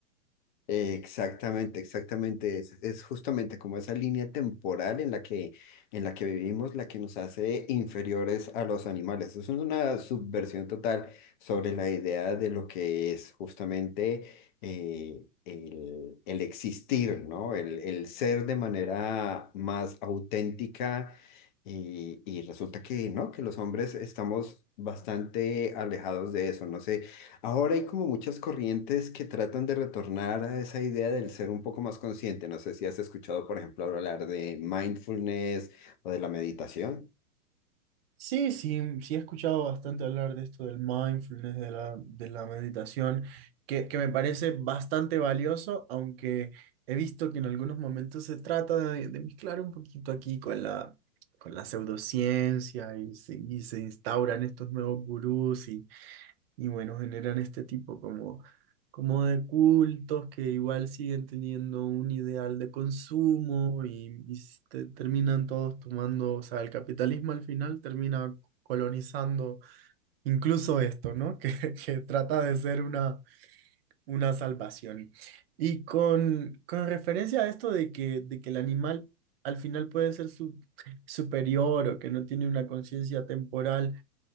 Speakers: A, on the left; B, on the right.
A: Exactamente, exactamente. Es, es justamente como esa línea temporal en la que, en la que vivimos la que nos hace inferiores a los animales. Es una subversión total sobre la idea de lo que es justamente eh, el, el existir, ¿no? El, el ser de manera más auténtica y, y resulta que, ¿no? Que los hombres estamos bastante alejados de eso. No sé. Ahora hay como muchas corrientes que tratan de retornar a esa idea del ser un poco más consciente. No sé si has escuchado, por ejemplo, hablar de mindfulness o de la meditación.
B: Sí, sí, sí he escuchado bastante hablar de esto del mindfulness, de la, de la meditación, que, que me parece bastante valioso, aunque he visto que en algunos momentos se trata de, de mezclar un poquito aquí con la, con la pseudociencia y se, y se instauran estos nuevos gurús y bueno, generan este tipo como, como de cultos que igual siguen teniendo un ideal de consumo y, y s- te- terminan todos tomando, o sea, el capitalismo al final termina colonizando incluso esto, ¿no? <laughs> Que, que trata de ser una, una salvación. Y con, con referencia a esto de que, de que el animal al final puede ser su- superior o que no tiene una conciencia temporal,